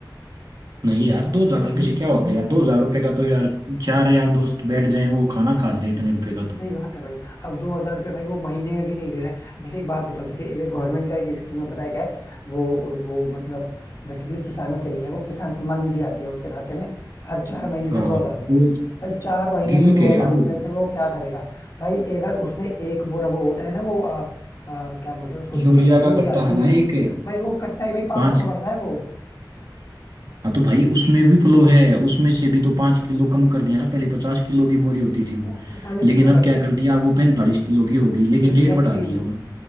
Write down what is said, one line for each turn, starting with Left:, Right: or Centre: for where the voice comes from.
Right: नहीं यार दो हजार रुपये से क्या होता है यार दो हजार रुपये का तो यार चार यार दोस्त बैठ जाए वो खाना खा जाए इतने रुपए का तो
Left: सही बात है भाई अब दो हजार रुपये भाई वो महीने में भी नहीं दे रहे हैं जैसे एक बात बताओ जैसे एक गवर्नमेंट का एक स्कीम है पता है क्या है वो वो मतलब बेसिकली किसानों के लिए है वो किसान सम्मान निधि आती है उनके खाते में हर चार महीने पे
Right: हाँ
Left: दो हजार रुपए
Right: वो
Left: भाई चार महीने
Right: गिमिक
Left: पे दो
Right: है
Left: हजार
Right: यार वो
Left: रुपए से वो क्या करेगा भाई अगर उसने एक बोरा वो होता है ना वो आ, आ, क्या बोलते हैं उसको
Right: यूरिया
Left: अ, यूरिया
Right: का कट्टा
Left: यूरिया
Right: है ना एक है
Left: भाई वो कट्टा ही भाई पांच
Right: पांच
Left: सौ का पड़ता है वो
Right: हाँ तो भाई उसमें भी फ्लो है उसमें से भी तो पांच किलो कम कर दिया ना पहले पचास किलो की बोरी होती थी वो
Left: पैतालीस
Right: लेकिन
Left: किलो
Right: अब
Left: कर
Right: क्या
Left: दी
Right: कर दिया वो पैंतालीस किलो की होगी लेकिन
Left: एग्जैक्टली
Right: रेट बढ़ा दिया और